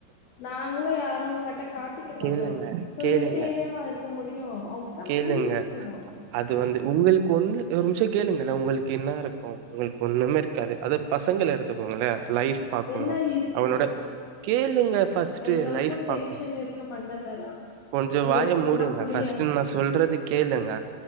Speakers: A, on the left (about 80°); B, on the right (about 90°).
A: நாங்களும் யாரும் கிட்ட காட்டிக்க மாட்டோம்
B: கேளுங்க
A: சொல்லிட்டேவா
B: கேளுங்க
A: இருக்க முடியும் அவங்க தான்
B: கேளுங்க
A: புரிஞ்சுக்கணும்
B: அது வந்து உங்களுக்கு கொன்று ஒரு நிமிஷம் கேளுங்க உங்களுக்கு என்ன இருக்கும் உங்களுக்கு ஒன்றுமே இருக்காது அதது பசங்களை எடுத்துக்கோங்களே லைஃப் பார்க்கணும்
A: என்ன இருக்காது
B: அவனோட கேளுங்க ஃர்ஸ்ட்
A: எங்களுக்கு
B: லைஃப் பார்க
A: டென்ஷன் இருக்கு மண்டலல்லா
B: கொஞ்சம்
A: உங்களுக்கு
B: வாய மூடுங்க
A: சொன்னா புரியாது
B: ஃபஸ்ட்டு சொல்றது கேளுங்க